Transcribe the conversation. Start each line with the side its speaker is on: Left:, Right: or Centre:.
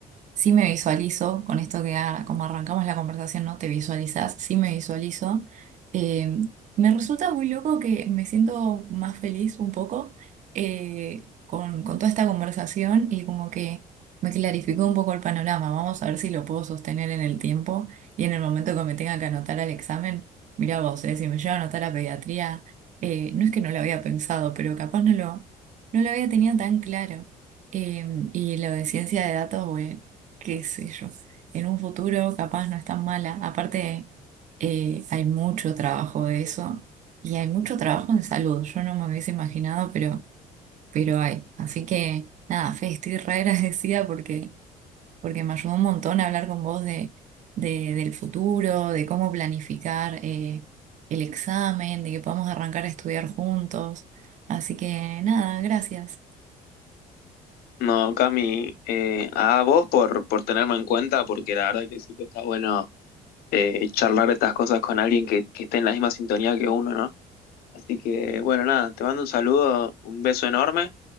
Right: Sí me visualizo, con esto que ah, como arrancamos la conversación, ¿no? Te visualizas, sí me visualizo. Eh, me resulta muy loco que me siento más feliz un poco eh, con, con toda esta conversación y como que me clarificó un poco el panorama. Vamos a ver si lo puedo sostener en el tiempo y en el momento que me tenga que anotar al examen. Mirá vos, eh, si me llevo a anotar a pediatría, eh, no es que no lo había pensado, pero capaz no lo, no lo había tenido tan claro. Em, y lo de ciencia de datos, bueno qué sé yo, en un futuro capaz no es tan mala. Aparte, eh, hay mucho trabajo de eso y hay mucho trabajo en salud. Yo no me hubiese imaginado, pero, pero hay. Así que nada, Fe, estoy re agradecida porque, porque me ayudó un montón a hablar con vos de, de- del futuro, de cómo planificar eh, el examen, de que podamos arrancar a estudiar juntos. Así que nada, gracias.
Left: No, Cami, eh, a vos por, por tenerme en cuenta, porque la verdad que siempre está bueno eh, charlar estas cosas con alguien que, que esté en la misma sintonía que uno, ¿no? Así que, bueno, nada, te mando un saludo, un beso enorme